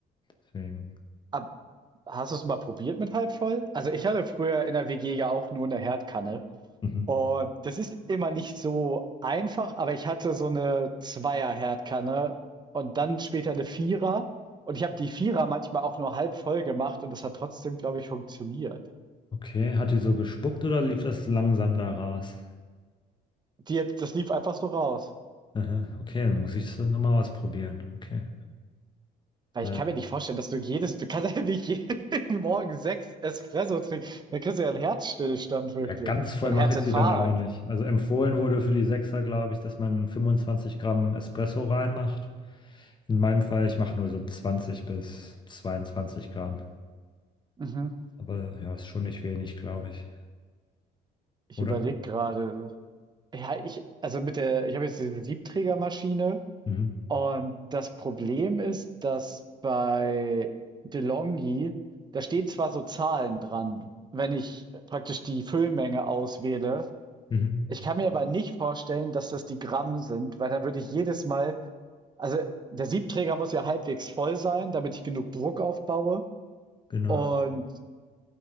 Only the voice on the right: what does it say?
Ab- Hast du es mal probiert mit halb voll? Also ich hatte früher in der WG ja auch nur eine Herdkanne.
Und das ist immer nicht so einfach, aber ich hatte so eine Zweier-Herdkanne und dann später eine Vierer. Und ich habe die Vierer manchmal auch nur halb voll gemacht und das hat trotzdem, glaube ich, funktioniert.
Die, hat- das lief einfach so raus.
Weil
ich kann mir nicht vorstellen, dass du jedes, du kannst <laughs> ja nicht jeden <laughs> Morgen sechs Espresso trinken. Dann kriegst du ja einen Herzstillstand wirklich.
Und
Herzinfarkt.
Mhm.
Ich
überlege gerade. Ja, ich, also mit der, ich habe jetzt diese Siebträgermaschine
Und das Problem ist, dass bei DeLonghi da stehen zwar so Zahlen dran, wenn ich praktisch die Füllmenge auswähle.
Ich kann mir aber nicht vorstellen, dass das die Gramm sind, weil dann würde ich jedes Mal, also der Siebträger muss ja halbwegs voll sein, damit ich genug Druck aufbaue.
Und